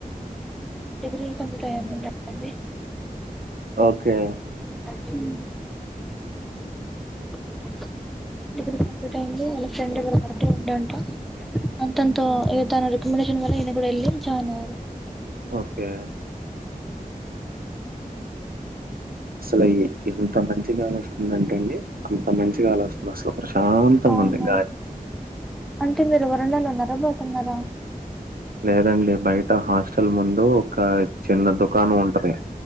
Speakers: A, in the centre; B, on the right.
A: <unintelligible> ఉండండి
B: ఓకే
A: ్యా <unintelligible> కంప్లీట్ <unintelligible> వాళ్ళ ఫ్రెండ్ ఇ్గర బర్త్డే ఉం అంట అంతంతో ఇవి తన రెకమండేషన్ వెళ్ళి <unintelligible>
B: ఓకే అసలు ఎంత మంచి కాల్ వస్తుంద అంటే అండి అంత మంచి కాలో వస్తుంది అసలు ప్రశాంతంగ
A: అవునా
B: ఉంది గా
A: అంటే మీరు వరండాలో ఉన్నార బయట ఉన్నార
B: లేదండి బయట హాస్టల్ ముందు ఒక చిన్న దుకాణం ఉంటది